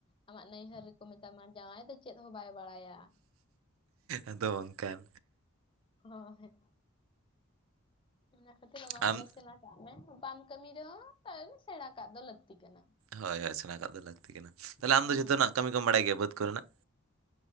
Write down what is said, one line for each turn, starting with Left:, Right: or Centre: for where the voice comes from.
Left: ᱟᱢᱟᱜ ᱱᱭᱦᱟᱹᱨ ᱨᱮᱠᱚ ᱢᱮᱛᱟᱢᱟ ᱡᱟᱶᱟᱭ ᱫᱚ ᱪᱮᱫ ᱦᱚᱸ ᱵᱟᱭ ᱵᱟᱲᱟᱭᱟ ᱾
Right: ᱟᱫᱚ ᱚᱱᱠᱟᱱ
Left: ᱦᱳᱭ ᱚᱱᱟ ᱠᱷᱟᱹᱛᱤᱨ ᱚᱱᱟ
Right: ᱟᱢ
Left: ᱠᱚ ᱫᱚ ᱥᱮᱬᱟ ᱠᱟᱜ ᱢᱮ ᱾ ᱵᱟᱢ ᱠᱟᱹᱢᱤ ᱨᱮᱦᱚᱸ <unintelligible> ᱥᱮᱬᱟ ᱠᱟᱜ ᱫᱚ ᱞᱟᱹᱠᱛᱤ ᱠᱟᱱᱟ ᱾
Right: ᱦᱳᱭ ᱦᱳᱭ ᱾ ᱥᱮᱬᱟ ᱠᱟᱜ ᱫᱚ ᱞᱟᱹᱠᱛᱤ ᱠᱟᱱᱟ ᱾ ᱛᱟᱦᱚᱞᱮ ᱟᱢ
Left: ᱦᱩᱸ
Right: ᱫᱚ ᱡᱷᱚᱛᱚᱱᱟᱜ ᱠᱟᱹᱢᱤ ᱠᱚᱢ ᱵᱟᱲᱟᱭ ᱜᱮᱭᱟ ᱵᱟᱹᱫᱽ ᱠᱚᱨᱮᱱᱟᱜ ᱾